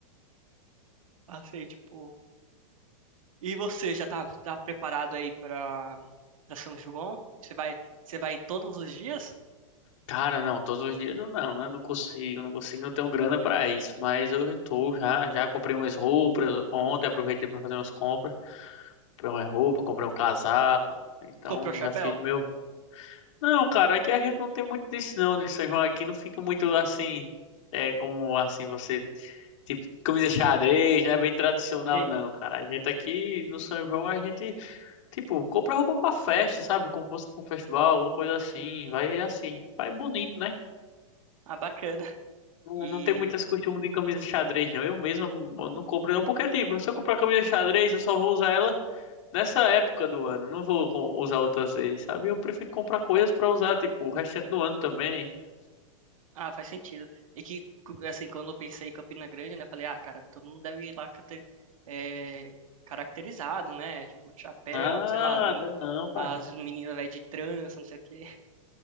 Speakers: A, on the right (about 80°); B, on the left (about 65°).
A: Assim, tipo. E você já tá, tá preparado aí pra, pra São João? Você vai, você vai em todos os dias?
B: Cara, não, todos os dias eu não, né? Não consigo, não consigo, não tenho grana pra isso. Mas eu tô já, já comprei umas roupas ontem, aproveitei pra fazer umas compras. Comprei uma roupa, comprei um casaco. Então
A: Comprou chapéu?
B: já fiz meu. Não, cara, aqui a gente não tem muito disso não, de São João aqui não fica muito assim, é como assim você, tipo, camisa xadrez, não é bem tradicional
A: Sim.
B: não, cara. A gente aqui no São João a gente, tipo, compra roupa pra festa, sabe? Como se fosse pra um festival, alguma coisa assim, vai assim, vai bonito, né?
A: Ah, bacana.
B: Não,
A: E.
B: não tem muito esse costume de camisa de xadrez, não. Eu mesmo eu não compro não, porque tipo, se eu comprar camisa de xadrez, eu só vou usar ela Nessa época do ano, não vou co- usar outras vezes, sabe? Eu prefiro comprar coisas pra usar, tipo, o restante do ano também.
A: Ah, faz sentido. E que, cu- assim, quando eu pensei em Campina Grande, né, eu falei, ah, cara, todo mundo deve ir lá cate- é, caracterizado, né? Tipo, de chapéu,
B: Nada,
A: sei lá, as mu-
B: não, cara.
A: as meninas vai de trança, não sei o quê.